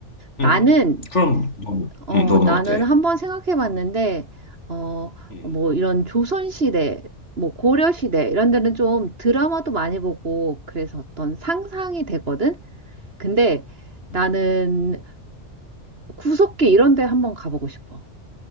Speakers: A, on the right; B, on the left.
A: 나는
B: 음. 그럼 너는
A: 어,
B: 음, 너는
A: 나는
B: 어때?
A: 한번 생각해 봤는데, 어,
B: 음.
A: 뭐 이런 조선시대, 뭐 고려시대 이런 데는 좀 드라마도 많이 보고 그래서 어떤 상상이 되거든? 근데
B: 음.
A: 나는 구석기 이런 데 한번 가보고 싶어.